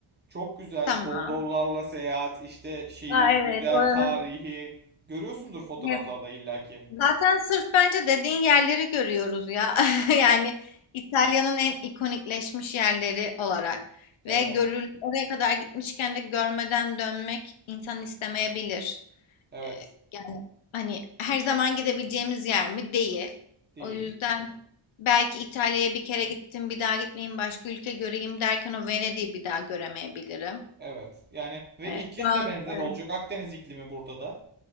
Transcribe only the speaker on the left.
tamam.
Aa,
evet oranın
hep
Zaten sırf bence dediğin yerleri görüyoruz ya. <laughs> Yani İtalya'nın en ikonikleşmiş yerleri olarak
ve görül oraya kadar gitmişken de görmeden dönmek insan istemeyebilir.
Ee, yani hani her zaman gidebileceğimiz yer mi? Değil.
O yüzden belki İtalya'ya bir kere gittim, bir daha gitmeyeyim, başka ülke göreyim derken o Venedik'i bir daha göremeyebilirim.
Ee,
şu an
e,